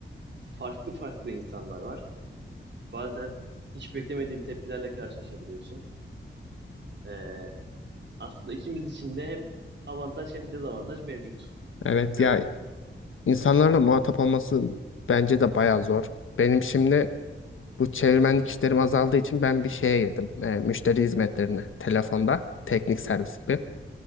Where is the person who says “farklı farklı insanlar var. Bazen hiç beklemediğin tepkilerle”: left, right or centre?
Right